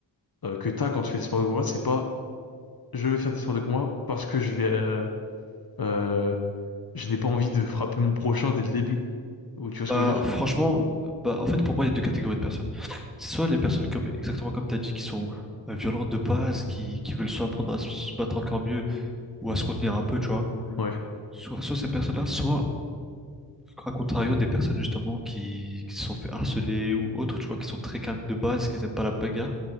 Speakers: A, on the left (about 50°); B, in the centre.
A: euh, que t'as quand tu fais des sports de combat, c'est pas je vais faire des sports de combat parce que je vais, euh, euh, je n'ai pas envie de frapper mon prochain dès le début. Ou tu vois ce
B: Bah
A: que je veux dire?
B: franchement bah en fait pour moi il y a deux catégories de personnes. soit les personnes comme exactement comme tu as dit qui sont euh, violentes de base, qui, qui veulent soit apprendre à se battre encore mieux ou à se contenir un peu, tu vois.
A: Ouais.
B: Soit, soit ces personnes-là, soit à contrario des personnes justement qui, qui se sont fait harceler ou autres, tu vois, qui sont très calmes de base, qui n'aiment pas la bagarre,